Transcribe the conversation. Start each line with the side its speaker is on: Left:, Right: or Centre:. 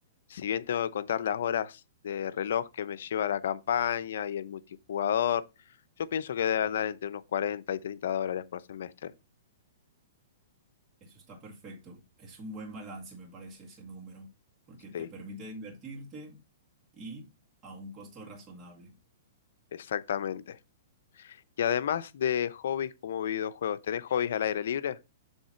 Left: si bien tengo que contar las horas de reloj que me lleva la campaña y el multijugador, yo pienso que debe andar entre unos 40 y 30 dólares por semestre.
Right: Eso está perfecto. Es un buen balance, me parece, ese número, porque
Left: Sí,
Right: te permite divertirte y a un costo razonable.
Left: exactamente. Y además de hobbies como videojuegos, ¿tenés hobbies al aire libre?